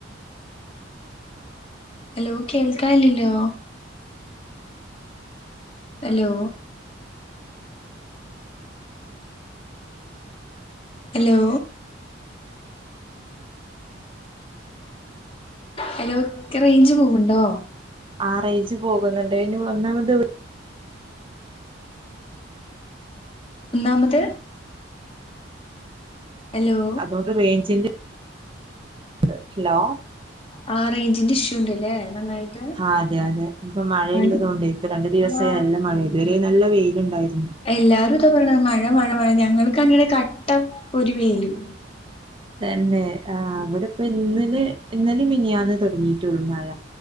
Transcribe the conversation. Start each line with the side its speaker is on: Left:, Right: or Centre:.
Left: ഹലോ കേൾക്കാ ഇല്ലല്ലോ ഹലോ ഹലോ ഹലോ ക് റേഞ്ച് പോക്ൺണ്ടോ
Right: ആഹ് റേഞ്ച് പോകുന്നുണ്ട് ഇനി ഒന്നാമത്
Left: ഒന്നാമത് ഹലോ
Right: അതുകൊണ്ട് റേഞ്ചിന്റെ <unintelligible> ഹലോ
Left: ആ റേഞ്ചിന്റെ ഇഷ്യൂ ഉണ്ടല്ലേ നന്നായിട്ട്
Right: ആഹ് അതെ അതെ ഇപ്പൊ മഴയിള്ളത്
Left: ആ
Right: കൊണ്ടെ ഇപ്പ രണ്ടു ദിവസായി
Left: ആ
Right: നല്ല മഴ ഇതുവരേ നല്ല വെയിലിണ്ടായിരുന്നു
Left: എല്ലാരും ഇതാ പറയണത് മഴ മഴ മഴ ഞങ്ങൾക്കാണെങ്കി ഇവിടെ കട്ട പൊരിവെയിലും
Right: തന്നെ ആഹ് ഇവിടിപ്പ ഇന്നലെ ഇന്നലെ മിനിയാന്ന് തൊടങ്ങിയിട്ടുള്ളു മഴ